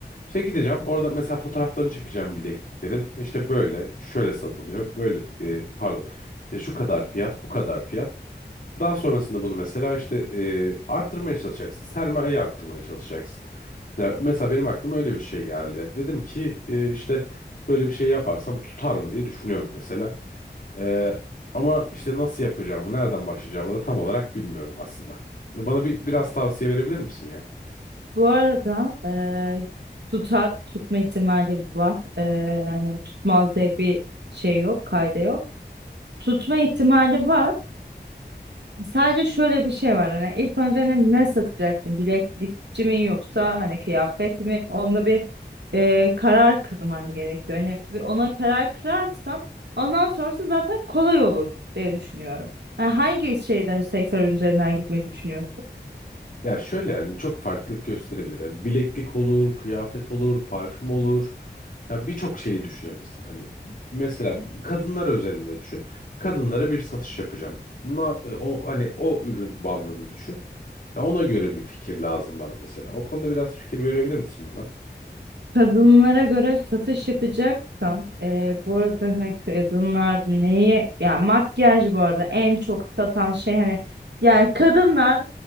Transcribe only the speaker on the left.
İşte gideceğim orada mesela fotoğraflarını çekeceğim bilekliklerin. İşte böyle şöyle satılıyor. Böyle e, pardon. İşte şu kadar fiyat bu kadar fiyat. Daha sonrasında bunu mesela işte e, arttırmaya çalışacaksın. Sermayeyi arttırmaya çalışacaksın. Ya mesela benim aklıma öyle bir şey geldi. Dedim ki e, işte böyle bir şey yaparsam tutar mı diye düşünüyorum mesela. E, ama işte nasıl yapacağımı, nereden başlayacağımı da tam olarak bilmiyorum aslında. Bana bir biraz tavsiye verebilir misin ya?
Ya şöyle yani çok farklılık gösterebilir. Hani bileklik olur, kıyafet olur, parfüm olur. Yani birçok şeyi düşünebilirsin. Hani mesela kadınlar özelinde düşün. Kadınlara bir satış yapacağım. Na- e, o hani o ürün bandını düşün. Ya ona göre bir fikir lazım bana mesela. O konuda biraz fikir verebilir misin bana?